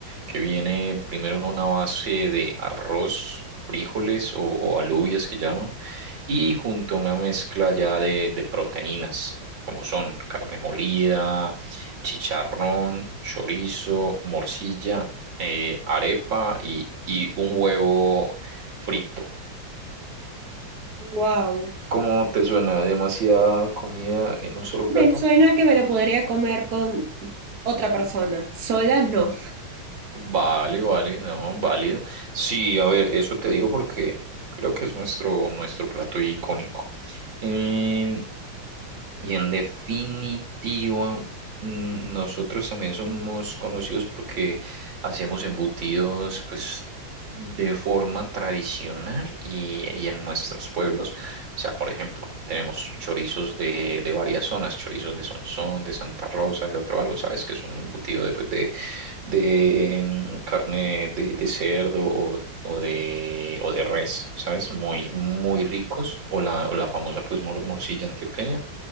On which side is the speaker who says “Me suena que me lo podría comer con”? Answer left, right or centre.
Right